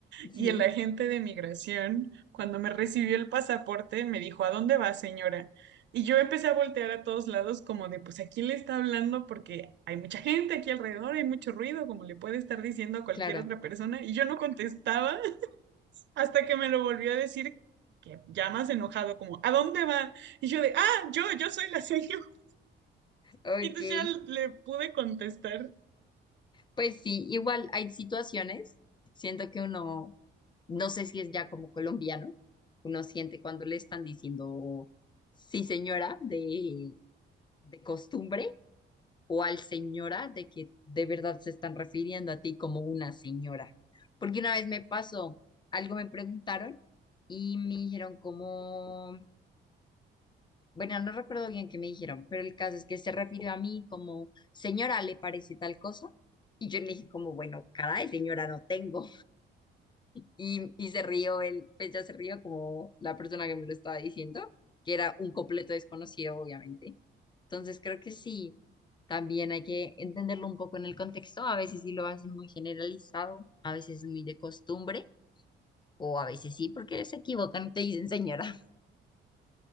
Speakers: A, on the left; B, on the right.
A: sí,
B: Y el agente de migración, cuando me recibió el pasaporte, me dijo, ¿a dónde va, señora? Y yo empecé a voltear a todos lados como de, pues, ¿a quién le está hablando? Porque hay mucha gente aquí alrededor, hay mucho ruido, como le puede estar diciendo a cualquier
A: claro,
B: otra persona. Y yo no contestaba hasta que me lo volvió a decir, que ya más enojado, como, ¿a dónde va? Y yo de, ah, yo, yo soy la seño. <laughs>
A: ok,
B: Y entonces ya le pude contestar.
A: pues sí, igual hay situaciones, siento que uno No sé si es ya como colombiano, uno siente cuando le están diciendo sí señora de, de costumbre o al señora de que de verdad se están refiriendo a ti como una señora. Porque una vez me pasó, algo me preguntaron y me dijeron como, bueno, no recuerdo bien qué me dijeron, pero el caso es que se refirió a mí como, señora, ¿le parece tal cosa? Y yo le dije como, bueno, caray, señora, no tengo. Y, y se rió él, pues ya se rió como la persona que me lo estaba diciendo, que era un completo desconocido, obviamente. Entonces creo que sí, también hay que entenderlo un poco en el contexto. A veces sí lo hacen muy generalizado, a veces muy de costumbre, o a veces sí, porque se equivocan y te dicen señora.